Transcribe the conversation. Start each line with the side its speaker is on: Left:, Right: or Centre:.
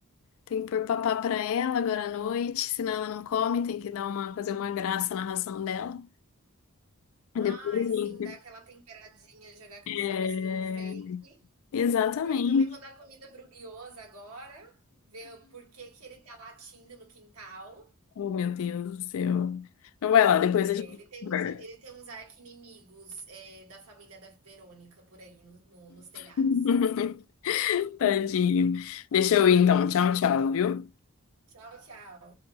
Left: Tem que pôr papá pra ela agora à noite, senão ela não come, tem que dar uma fazer uma graça na ração dela. E
Right: Ai,
Left: Depois, gente,
Right: sim, dar aquela temperadinha, jogar aquele
Left: é,
Right: salzinho fake.
Left: exatamente.
Right: Eu também vou dar comida pro Guioso agora, ver por que que ele tá latindo no quintal.
Left: Oh, meu Deus do céu. Então vai lá, depois
Right: É,
Left: a gente
Right: ele tem,
Left: conversa.
Right: uns- ele tem uns arqui-inimigos, é, da família da Verônica por aí no- no- nos telhados.
Left: <laughs> Tadinho. Deixa eu ir então. Tchau, tchau, viu?
Right: Tchau, tchau.